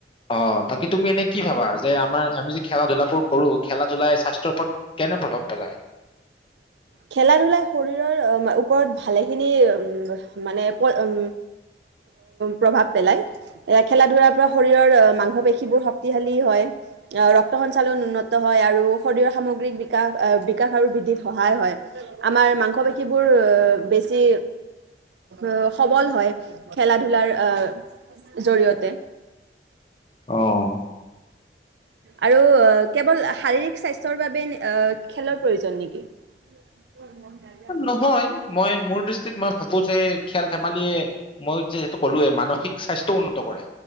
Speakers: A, on the left; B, on the right.
A: অ' বাকী তুমি এনে কি ভাবা? যে আমাৰ আমি যে খেলা-ধূলাবোৰ কৰোঁ, খেলা- ধূলাই স্বাস্থ্যৰ ওপৰত কেনে প্ৰভাৱ পেলায়?
B: খেলা-ধূলাই শৰীৰৰ ওপৰত ভালেখিনি উম মানে পয় উম প্ৰভাৱ পেলাই। এ খেলা-ধূলাৰ পৰা শৰীৰৰ অ মাংস-পেশীবোৰ শক্তিশালী হয়। আহ ৰক্ত সঞ্চালন উন্নত হয় আৰু শৰীৰৰ সামগ্ৰিক বিকাশ আহ বিকাশ আৰু বৃদ্ধিত সহায় হয়। আমাৰ মাংস-পেশীবোৰ বেছি অ' সবল হয় খেলা-ধূলাৰ আহ জৰিয়তে!
A: অ'
B: আৰু কেৱল শাৰীৰিক স্বাস্থ্যৰ বাবে নে খেলৰ প্ৰয়োজন নেকি? অ' মন যায়।
A: নহয়! মই মোৰ দৃষ্টিত মই ভাবোঁ যে খেল-ধেমালিয়ে মই যে টো ক'লোঁৱে মানসিক স্বাস্থ্যও উন্নত কৰে,